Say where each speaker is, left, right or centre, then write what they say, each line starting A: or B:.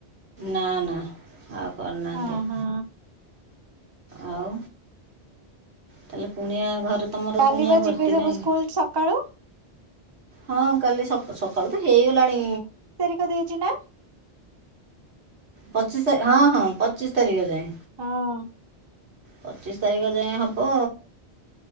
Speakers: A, on the right; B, on the right.
A: ନା ନା ଆଉ କରି ନାହାନ୍ତି।
B: ହଁ ହଁ
A: ଆଉ ତାହେଲେ କୁଣିଆ ଘରେ ତମର
B: କାଲିିବା
A: କୁଣିଆ
B: ଯିବେ
A: ଭର୍ତ୍ତି
B: ସବୁ
A: ନାହିଁ
B: ସ୍କୁଲ ସକାଳୁ।
A: ହଁ କାଲି ସକା ସକାଳୁ ତ ହେଇଗଲାଣି।
B: ଦେଇଚିନା
A: ପଚିଶ ତାରିଖ ହଁ ହଁ ପଚିଶ ତାରିଖ ଯାଏଁ।
B: ହଁ
A: ପଚିଶ ତାରିଖ ଯାଏ ହବ